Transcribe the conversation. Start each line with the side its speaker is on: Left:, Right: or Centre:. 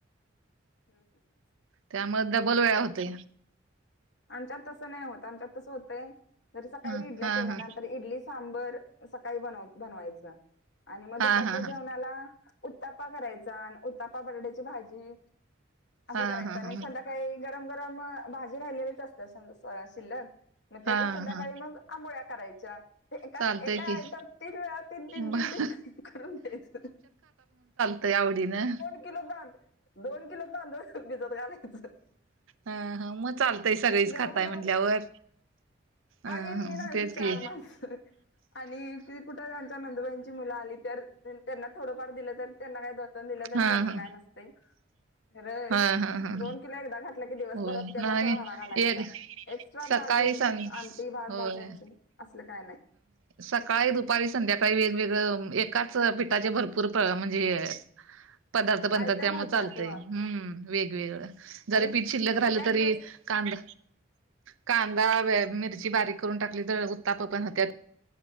Left: हम् हम्
Right: त्यामुळे डबल वेळा होते
Left: आमच्यात तसं नाही होत आमच्यात कसं होतय जरी सकाळी
Right: हा
Left: इडल्या
Right: हा
Left: केल्या
Right: हा
Left: ना तर इडली सांबर सकाळी बनवायचा आणि म
Right: हा
Left: दुपारच्या
Right: हा
Left: जेवणाला
Right: हा
Left: उत्ताप्पा करायचा उत्ताप्पा बटाट्याची भाजी असं
Right: हा
Left: करायचं
Right: हा
Left: आणि संध्याकाळी गरम गरम भाजी राहिलेलीच असत शिल्लक मग त्याच्या
Right: हा
Left: संध्याकाळी
Right: हा
Left: मग आंबोळ्या करायच्या एका
Right: चालतय
Left: एका
Right: की
Left: आयटम तीन वेळा तीन तीन
Right: मग
Left: तीन तीन करून द्यायच
Right: लय आवडी ना
Left: दोन किलो दोन किलो तांदूळ भिजत घालायचं
Right: हा ह मग चालतय सगळीच
Left: गरम
Right: खाताय
Left: गरम
Right: म्हटल्यावर
Left: <inaudible>
Right: अ तेच की
Left: आणि कि कुठं त्यांचा नंदुबाईंची मुलं आली तर त्यांना थोडंफार दिलं तरी त्यांना काय दोन, तीन दिलं तरी
Right: हा
Left: त्यांचं
Right: हा
Left: काय नसतंय. खर
Right: हा हा हा
Left: दोन किलो एकदा घातल दिवसभरात
Right: होय
Left: त्याचा
Right: नाही
Left: राडा घालायचा
Right: एक
Left: एक्स्ट्रा
Right: सकाळी
Left: भाजी
Right: सांग
Left: आमटी भात
Right: होय
Left: भाजी आमची असलं काय नाही.
Right: सकाळी, दुपारी, संध्याकाळी वेगवेगळ एकाच पिठाचे भरपूर म्हणजे ह पदार्थ बनतात
Left: आयटम
Right: त्यामुळे
Left: होत्यात
Right: चालतय.
Left: हो
Right: हम्म... वेगवेगळं जरी
Left: आणि
Right: पीठ शिल्लक
Left: सगळ्यात
Right: राहिलं तरी
Left: बेस्ट
Right: कांदा, कांदा, मिरची बारीक करून टाकली तर उत्ताप्पा पण होत्यात.